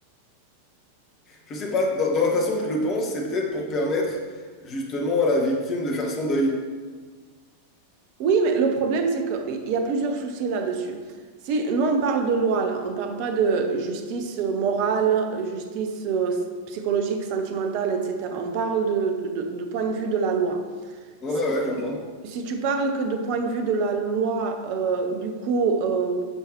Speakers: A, on the left; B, on the right.
A: Je sais pas, dans, dans la façon que je le pense, c'est peut-être pour permettre justement à la victime de faire son deuil.
B: Oui, mais le problème, c'est qu'il y a plusieurs soucis là-dessus. Si, nous, on parle de loi, là. On ne parle pas de justice euh, morale, justice euh, psychologique, sentimentale, etc. On parle de, de- du point de vue de la loi.
A: Ouais,
B: Si,
A: ouais, ouais, j'entends.
B: si tu parles que du point de vue de la loi, euh, du coup, euh,